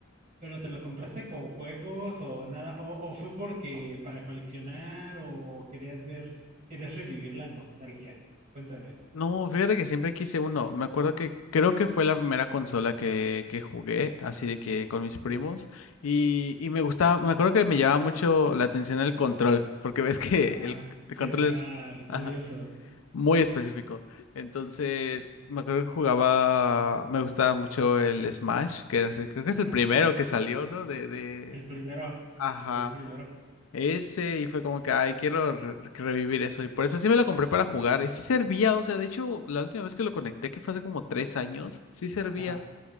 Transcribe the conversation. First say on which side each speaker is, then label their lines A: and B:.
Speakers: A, on the right; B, on the left.
A: ¿Pero te lo compraste con juegos o nada? ¿O, o fue porque para coleccionar o querías ver, querías revivir la nostalgia? Cuéntame.
B: No, fíjate que siempre quise uno. Me acuerdo que creo que fue la primera consola que, que jugué, así de que
A: Ajá.
B: con mis primos. Y, y me gustaba, me acuerdo que me llamaba mucho la atención el control, porque ves que
A: Ajá.
B: el, el
A: Sí,
B: control
A: está
B: es ajá,
A: curioso.
B: muy específico. Entonces, me acuerdo que jugaba, me gustaba mucho el Smash, que era así- creo que
A: Ajá.
B: es el primero que salió, ¿no? De, de,
A: El primero.
B: Ajá,
A: Fue el primero.
B: ese y fue como que, ay, quiero re- revivir eso. Y por eso sí me lo compré para jugar. Y sí servía, o sea, de hecho, la última vez que lo conecté, que fue hace como tres años, sí servía.
A: Ajá.